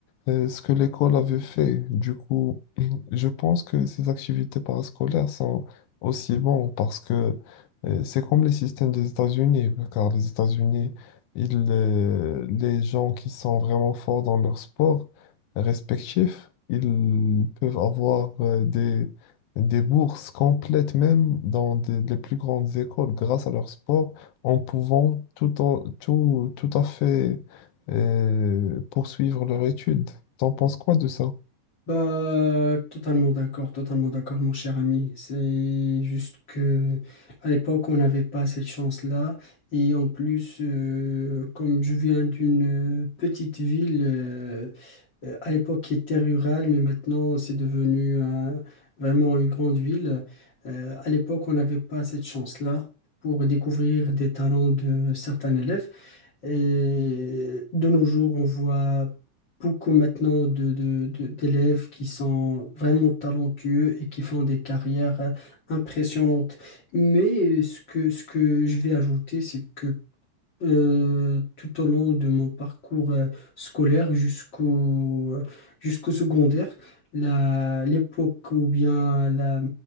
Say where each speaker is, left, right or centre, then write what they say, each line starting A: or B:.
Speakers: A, on the left; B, on the left.
A: euh, ce que l'école avait fait. Du coup, <clears throat> je pense que ces activités parascolaires sont aussi bonnes parce que euh, C'est comme les systèmes des États-Unis, car les États-Unis, ils, euh, les gens qui sont vraiment forts dans leur sport respectif, ils peuvent avoir euh, des, des bourses complètes même dans des- les plus grandes écoles grâce à leur sport, en pouvant tout, en- tout, tout à fait euh, poursuivre leur étude. T'en penses quoi de ça?
B: Bah, totalement d'accord, totalement d'accord, mon cher ami. C'est juste que à l'époque, on n'avait pas cette chance-là. Et en plus, euh, comme je viens d'une euh, petite ville, euh, euh, à l'époque qui était rurale, mais maintenant c'est devenu euh, vraiment une grande ville. euh, à l'époque, on n'avait pas cette chance-là pour découvrir des talents de certains élèves. Et de nos jours, on voit beaucoup maintenant de, de- de- d'élèves qui sont vraiment talentueux et qui font des carrières euh, impressionnantes. Mais euh, ce que, ce que je vais ajouter, c'est que euh, tout au long de mon parcours euh, scolaire jusqu'au jusqu'au secondaire. La, l'époque ou bien la,